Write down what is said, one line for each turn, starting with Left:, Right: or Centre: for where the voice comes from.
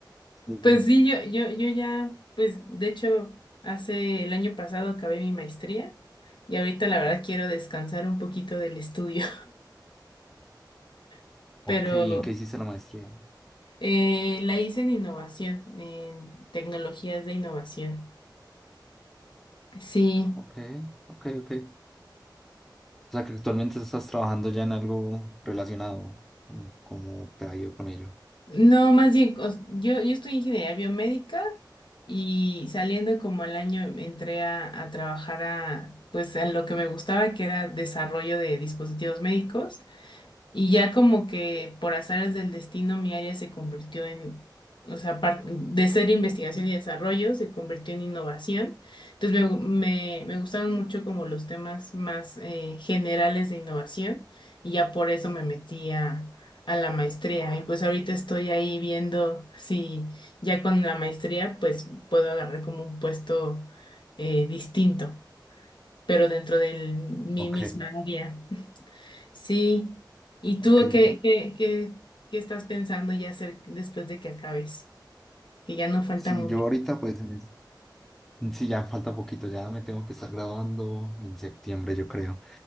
Centre: Sí.
Left: pues sí, yo, yo, yo ya, pues de hecho, hace el año pasado acabé mi maestría y ahorita la verdad quiero descansar un poquito del estudio, <laughs> pero
Centre: Ok, ¿y en qué hiciste la maestría?
Left: eh, la hice en innovación, en tecnologías de innovación. Sí,
Centre: Ok, ok, ok. O sea que actualmente estás trabajando ya en algo relacionado. ¿Cómo cómo te ha ido con ello?
Left: No, más bien, o s- yo, yo estudié ingeniería biomédica y saliendo como al año entré a, a trabajar a, pues, a lo que me gustaba, que era desarrollo de dispositivos médicos. Y ya como que por azares del destino mi área se convirtió en, o sea, par- de ser investigación y desarrollo, se convirtió en innovación. Entonces me, gu- me, me gustaron mucho como los temas más eh, generales de innovación y ya por eso me metí a, a la maestría. Y pues ahorita estoy ahí viendo si ya con la maestría pues puedo agarrar como un puesto eh, distinto, pero dentro de mi
Centre: Ok,
Left: misma área. Sí. ¿Y
Centre: ok.
Left: tú qué, qué, qué, qué estás pensando ya hacer después de que acabes? Que ya no falta
Centre: Sí,
Left: mucho.
Centre: yo ahorita pues en este Sí, ya falta poquito, ya me tengo que estar graduando en septiembre, yo creo.